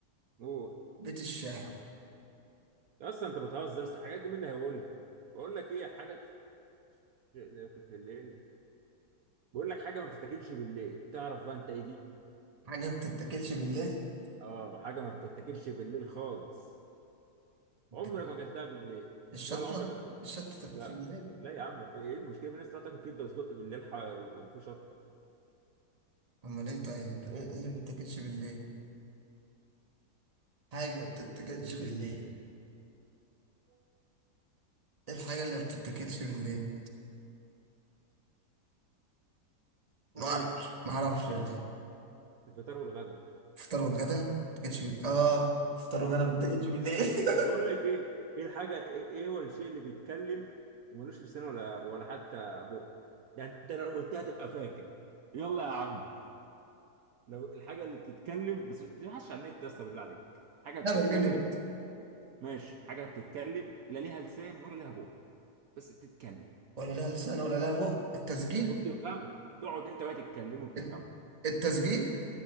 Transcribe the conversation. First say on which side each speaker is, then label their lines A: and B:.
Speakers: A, on the right; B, on the right.
A: قول
B: بيت الشعر
A: يا اسطى انت بتهزر يا اسطى الحاجات دي مين اللي هيقولها بقول لك ايه حاجه بت- شيء لا ياكل في الليل بقول لك حاجه ما بتتاكلش بالليل تعرف بقى انت ايه دي
B: حاجه ما بتتاكلش بالليل
A: اه حاجه ما بتتاكلش بالليل خالص
B: بتتاكلش-
A: عمرك ما اكلتها بالليل
B: الشطه
A: ولا عمرك هتاكلها
B: الشطه تاكلش
A: لا
B: بالليل
A: لا يا عم في ايه المشكله في ناس تروح تاكل كبده وسجق بالليل ح- وفي شطه
B: امال ايه طيب ايه اللي ما بتتاكلش بالليل حاجه ما بتتاكلش بالليل ايه الحاجه اللي ما بتتاكلش بالليل ما
A: اه
B: اعرفش ما اعرفش يعني.
A: الفطار والغدا
B: فطار والغدا ما تاكلش بال... اه فطار وغدا ما تاكلش بالليل <laughs>
A: طب بقول لك ايه ايه الحاجه ايه إيه هو الشيء اللي بيتكلم وملوش لسان ولا ولا حتى بق ده انت لو قلتها تبقى فاكر يلا يا عم لو الحاجه اللي بتتكلم بس ما تبحثش عن النت بس بالله عليك حاجه بتتكلم
B: لا بنجنن
A: ماشي حاجه بتتكلم لا ليها لسان ولا ليها بق بس بتتكلم
B: ولا لها لسان ولا لها بق التسجيل
A: وبتفهمها تقعد انت وهي تتكلم وبتفهمه
B: الت- التسجيل